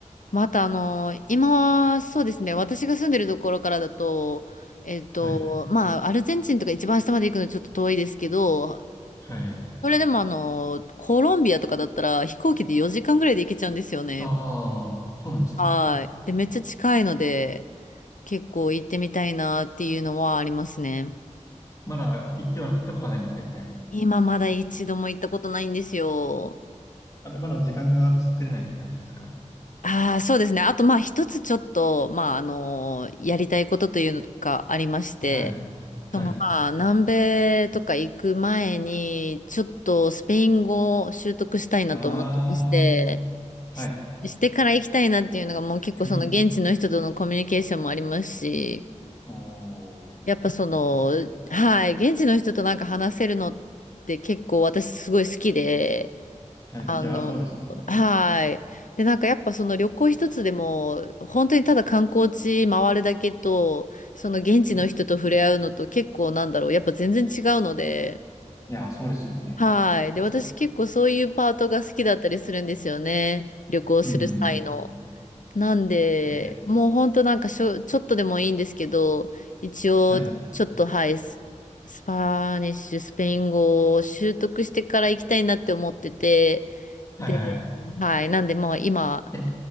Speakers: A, on the left; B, on the left.
A: またあの、今はそうですね、私が住んでるところからだと、えっと、
B: はい。
A: まあ、アルゼンチンとか一番下まで行くのちょっと遠いですけど、
B: はいはい。
A: それでもあの、コロンビアとかだったら飛行機で4時間ぐらいで行けちゃうんですよね。
B: ああ、そうなんですね。
A: はい。で、めっちゃ近いので、結構行ってみたいなっていうのはありますね。
B: まだ行っては、行ったことはないんですか、一回も。
A: 今まだ一度も行ったことないんですよ。
B: あれ、まだ時間が作れないって感じですか。
A: ああ、そうですね。あと、まあ、一つちょっと、まあ、あの、やりたいことというのがありまして、
B: はい。はい。
A: その、まあ、南米とか行く前に、ちょっとスペイン語を習得したいなと思ってまして、
B: ああ、
A: し、
B: はい。
A: してから行きたいなっていうのが、もう結構その現地の人とのコミュニケーションもありますし、
B: <laughs> おー、
A: やっぱその、
B: 確かに。
A: はい、現地の人となんか話せるのって結構私すごい好きで、
B: はい。
A: あの、
B: いや、そうですね。わかります。
A: はい。で、なんかやっぱその旅行一つでも、本当にただ観光地回るだけと、その現地の人と触れ合うのと結構なんだろう、
B: うん。
A: やっぱ全然違うので、
B: いや、そうですよね。
A: はい。で、
B: 確かに。
A: 私結構そういうパートが好きだったりするんですよね。旅行する際の。
B: うん。
A: なんで、
B: えー
A: もうほんとなんかしょ、ちょっとでもいいんですけど、一応ちょっとはい、
B: はい。
A: ス、スパニッシュ、スペイン語を習得してから行きたいなって思ってて、
B: はいはい。
A: で、はい、なんでもう今、
B: え、